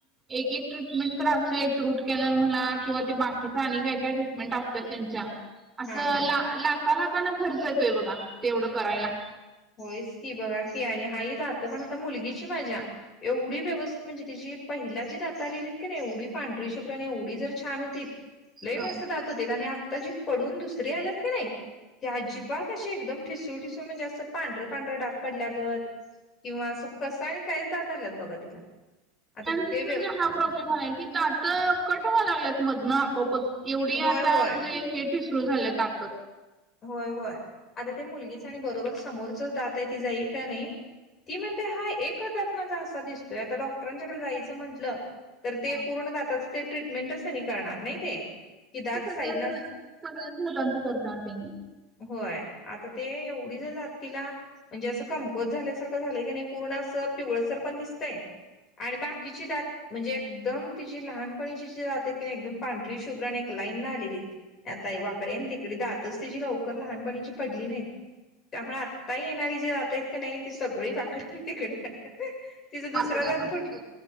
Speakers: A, on the right (about 20°); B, on the left (about 35°).
A: एक एक ट्रीटमेंट तर असं आहेत रूट कॅनल मला किंवा ते बाकीच आणि काय काय ट्रीटमे म ट असतात त्यांच्या असं
B: हा हा
A: ला लाख लाखांना खर्च येतोय बघा ते एवढं करायला
B: होयच की बघा की आणि हा ह ात पण आता मुलगीची माझ्या एवढी व्यवस्थित म्हणजे तिची पहिला जी दाता लहिलीत की एवढी पांढरी शुभ्र आणि एवढी जर छान होती लय
A: हा
B: मस्त दात हो आणि आता जी पडून दुसरी आल्यात की नाही ते अजिबात क एकदम ठिसूळ ठिसू म्हणजे असं पांढं पांढरंडाग पडल्या लागत किंवा, कसं आहे काय जात आलंत बघा तिला, आता
A: त्यांच
B: ते व्य
A: म्हणजे हा प्रॉब्लेम आलाय की दात कटवा लागल्यात मधनं आपोआपच, एवढी
B: होय
A: आता
B: होय
A: म्हणजे हे ठिसरू झाल्या तात
B: होय होय आता ते मुलगीच आणि बरोबर समोरचच दाता ती जाईल का नाही. ती म्हणते हा एकच दात् माझा असा दिसतोय आता डॉक्टरांच्याकडे जायचं म्हंटलं तर ते
A: हा
B: पूर्ण दाताचं ते ट्रीटमेंटच त्यांनी करणार नाही ते कि दात
A: सगळ्याच
B: साईडन
A: सगळ्या झाला बप करत त्यांनी
B: होय आता ते एवढी जर जात तिला म्हणजे असं कमकवत झाल्यासारखं झालं की नाही पूर्ण अस पिवळसर पण दिसतय आणि बाकी शीितात म्हणजे एकदम तिची लहानपणीची जी जाते एकदम पांढरी शुभ्र आणि एक लाईन ना आलेली आताई वाकडे तिकडे दातच तिची लवकर लहानपणीची पडली नाहीत त्यामुळे, त येणारी जी जातयत काी नाही ती सगळी पाकडन तिकडे, तिचा
A: वाकडे
B: दुसरा दातपुट,
A: आल्यात सगळे.